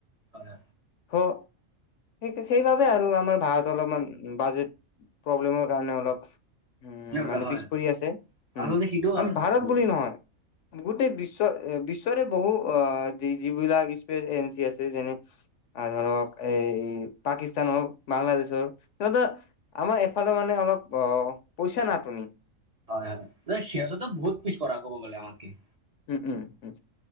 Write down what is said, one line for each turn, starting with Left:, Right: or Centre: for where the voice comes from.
Right: হয়।
Left: স সেই-সেইবাবে আৰু আমাৰ ভাৰত অলপমান বাজেট প্ৰব্লেমৰ কাৰণে অলপ উম্
Right: তেনেকুৱা
Left: মানে
Right: হয়
Left: পিছ পৰি আছে।
Right: আচলতে
Left: উম।
Right: সেইটোও কাৰণ হয়
Left: ভাৰত
Right: ক'ব গ'লে
Left: বুলি নহয়। গোটেই বিশ্ব অ বিশ্বৰে বহু অ যি-যিবিলাক স্পেচ এজেঞ্চি আছে যেনে- ধৰক এই পাকিস্তানৰ, বাংলাদেশৰ, সিহত আমাৰ এফালে মানে অলপ অ পইচা নাতনি।
Right: হয় হয় হয়, সিহঁতে বহুত পিছ পৰা কব গ'লে আমাৰ কে।
Left: উম-উম উম,